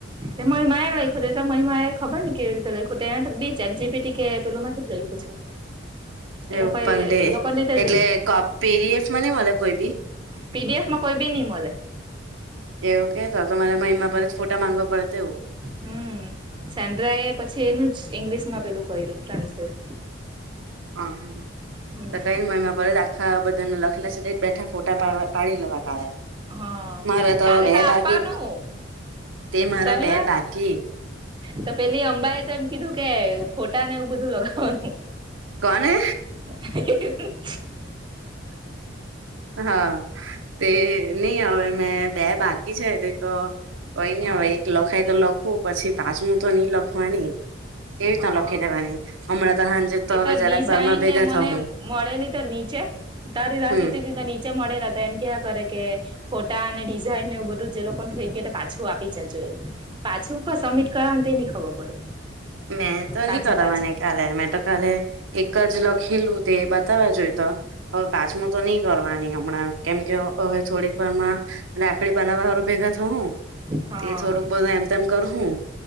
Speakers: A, on the right (about 25°); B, on the right (about 80°).
A: તે મહિમા એ લખ્યું ત તો મહિમા એ ખબર ને કેવી રીતે લખ્યું હતું એને બીચ એપ જપીટી કે પેલું થી જ લખ્યું છે. એ
B: એવું
A: લોકો એ
B: પણ દે
A: લોકોને રીતે
B: એટલે
A: જ
B: કો પી ડી એફ માં નહી મળે કોઈ બી
A: પી ડી એફ માં કોઈ ભી નહીં મલે.
B: એવ કે તો તમારે મહિમા પરત ફોટા માંગવા પડે તેવું.
A: હમ્મ સેન્ડ્રા એ પછી એનું જ ઈંગ્લિશ માં પેલું કર્યું ટ્રાન્સલેટ.
B: હ હા
A: હમ
B: તો કઈને મઈ પરત આખા બધાને લખેલા સ બેઠા ફોટ ડા પાડવા પાડી લેવા કાળે.
A: હા
B: મારા તો
A: કાલે
B: બે
A: આપવાનું
B: બાકી તે મારા
A: શનિવાર
B: બે બાકી
A: તો પેલી અંબા એ તો એમ કીધું કે ફોટાને એવું બધું લગાવવાનું.
B: કોને?
A: હ
B: હા. તે નહી હવે મેં બે બાકી છે તે તો કોઈ નહી
A: હા
B: હવે એક લખાય તો લખવું પછી તાજમું તો નઈ લખવાની. એવી રીત
A: હા
B: લખી દેવાની હમણાં તો હાંજે
A: એ
B: તો હવે
A: ડિઝાઇન
B: જરાક કારરમાં ભેગા
A: ને મને
B: થ હું.
A: મળેલી તો નીચે તારી રાત
B: હમ
A: જોતી તી તો નીચે મળેલા. તો એમ કેવા કરે કે ફોટા અને ડિઝાઇન એવું બધું જે લોકોને થઈ ગયું પાછું આપી જજો એ. પાછું ક સબમિટ કરવા તે ની ખબર પડે.
B: મેં તો
A: પાંચે
B: નઈ કરવાની.
A: પાંચ
B: કાલે મેં તો કાલે એક જ લખેલું તે બતાવ જોએ તો હ કાચમું તો નહી કરવાની હમણાં કેમ કે હવે થોડીક પણ માં રાકડી બનાવવાળ ભેગા થ હું
A: હા
B: તે થોડુંક બધા એમ તમ કરું